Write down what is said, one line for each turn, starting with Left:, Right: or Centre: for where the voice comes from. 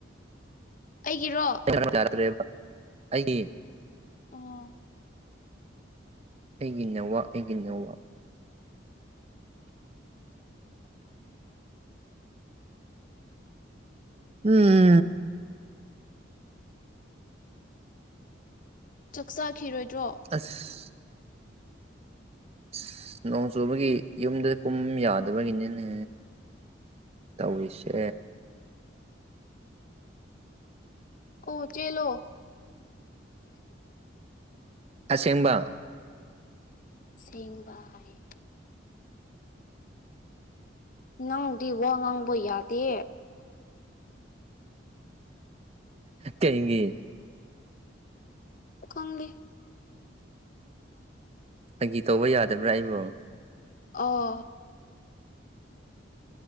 Left: ꯑꯩꯒꯤꯔꯣ
Right: <unintelligible> ꯑꯩꯒꯤ
Left: ꯑꯣ
Right: ꯑꯩꯒꯤ ꯅꯦꯠꯋꯥꯛ ꯑꯩꯒꯤ ꯅꯦꯠꯋꯥꯛ ꯎꯝ
Left: ꯆꯥꯛ ꯆꯥꯈꯤꯔꯣꯏꯗ꯭ꯔꯣ
Right: ꯑꯁ ꯑꯁ ꯅꯣꯡ ꯆꯨꯕꯒꯤ ꯌꯨꯝꯗ ꯀꯨꯝ ꯌꯥꯗꯕꯒꯤꯅꯤꯅꯦ ꯇꯧꯁꯦ
Left: ꯑꯣ ꯆꯦꯂꯣ
Right: ꯑꯁꯦꯡꯕ
Left: ꯁꯦꯡꯕ ꯍꯥꯏꯌꯦ ꯅꯪꯕꯨꯗꯤ ꯋꯥ ꯉꯥꯡꯕ ꯌꯥꯗꯦ
Right: ꯀꯩꯒꯦ
Left: ꯈꯪꯗꯦ
Right: ꯐꯒꯤ ꯇꯧꯕ ꯌꯥꯗꯕ꯭ꯔꯥ ꯑꯩꯕꯨ
Left: ꯑꯣ